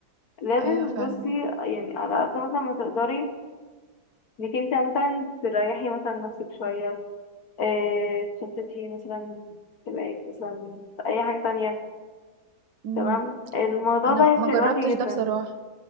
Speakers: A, on the left; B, on the right.
A: لازم
B: ايوه فعلا
A: بصي يعني على قد مثلا ما تقدري انك انت مثلا تريحي مثلا نفسك شوية اه تشتتي مثلا تبقى مثلا في اي حاجة تانية
B: امم
A: تمام الموضوع
B: انا
A: ده هيفرق
B: ما جربتش
A: معاكي
B: ده
A: جدا
B: بصراحه